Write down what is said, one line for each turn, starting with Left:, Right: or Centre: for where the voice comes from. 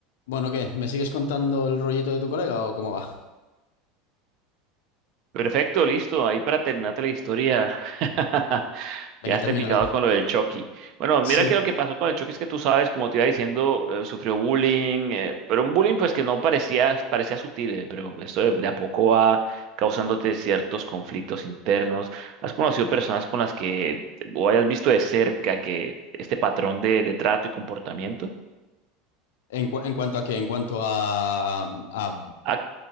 Left: Bueno, ¿qué? ¿Me sigues contando el rollito de tu colega o cómo va?
Right: Perfecto, listo. Ahí para terminarte la historia. <laughs>
Left: Venga,
Right: Ya esté
Left: termínala.
Right: picado con lo del Chucky. Bueno,
Left: Sí,
Right: mira que lo que pasó con el Chucky es que tú sabes, como te iba diciendo, eh, sufrió bullying, eh, pero un bullying pues que no parecía, parecía sutil, eh, pero esto de, de a poco va causándote ciertos conflictos internos. ¿Has conocido personas con las que o hayas visto de cerca que este patrón de, de trato y comportamiento?
Left: ¿En, cu- en cuanto a qué? En cuanto a, a-
Right: Ah,